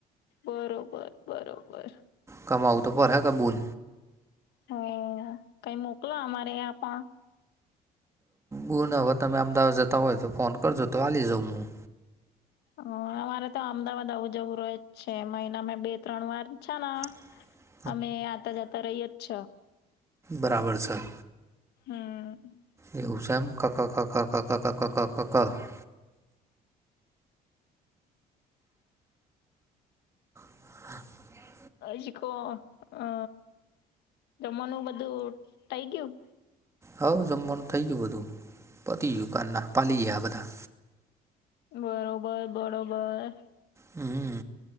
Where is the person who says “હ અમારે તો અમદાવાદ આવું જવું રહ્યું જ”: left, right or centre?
Left